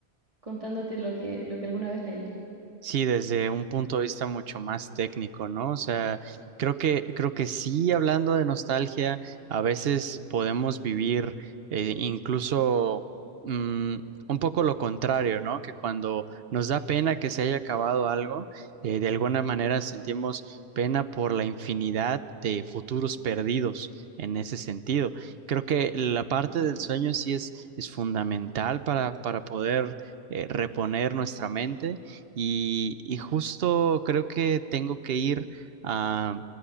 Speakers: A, on the right; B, on the right.
A: contándote lo que, lo que alguna vez leí.
B: Sí, desde un punto de vista mucho más técnico, ¿no? O sea, creo que, creo que sí, hablando de nostalgia, a veces podemos vivir eh, incluso mm, un poco lo contrario, ¿no? Que cuando nos da pena que se haya acabado algo, eh, de alguna manera sentimos pena por la infinidad de futuros perdidos en ese sentido. Creo que la parte
A: Ujú.
B: del sueño sí es, es fundamental para, para poder eh, reponer nuestra mente y, y justo creo que tengo que ir a